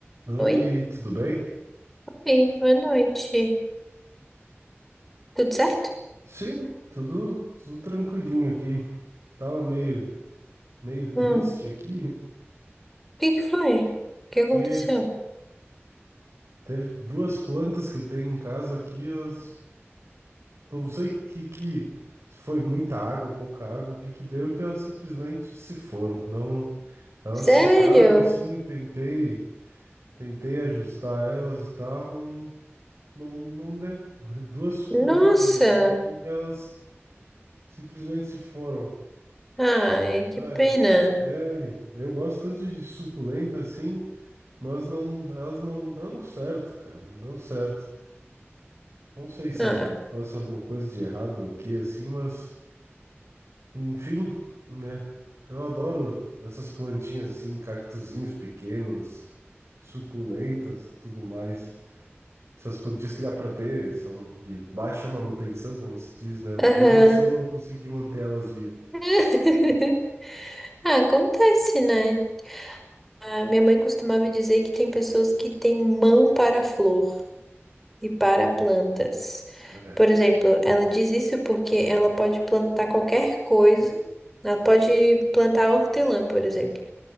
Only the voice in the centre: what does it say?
Oi?
Ei, boa noite. Tudo certo?
Hum, o
que que foi? O que aconteceu?
Sério?
Nossa!
Ai, que
pena.
Ah,
aham.
<laughs> Ah, acontece, né? A minha mãe costumava dizer que tem pessoas que têm mão para flor e para plantas.
Por exemplo, ela diz isso porque ela pode plantar qualquer coisa. Ela pode plantar hortelã, por exemplo.